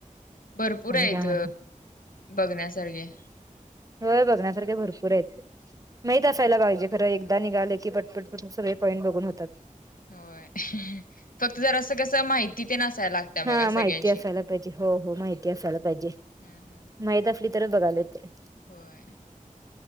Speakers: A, on the left; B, on the right.
A: भरपूर
B: आणि
A: आहेत
B: काय म्हणत
A: बघण्यासारखे.
B: हो बघण्यासारखे भरपूर आहेत माहित असायला पाहिजे खरं एकदा निघाले की पटपटपटून सगळे पॉईंट बघून होतात
A: होय फक्त जरासं कस माहिती ते असायला लागत
B: हा
A: बघा
B: माहिती
A: सगळ्याची
B: असायला पाहिजे हो हो माहिती असायला पाहिजे
A: हम् हम्
B: माहित असली तर बघायला येतय
A: होय